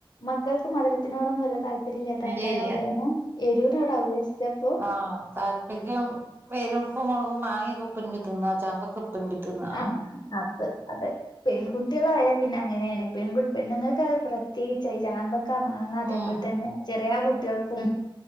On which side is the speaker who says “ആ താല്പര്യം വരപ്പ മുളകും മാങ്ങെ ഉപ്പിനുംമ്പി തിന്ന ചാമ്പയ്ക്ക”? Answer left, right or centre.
Right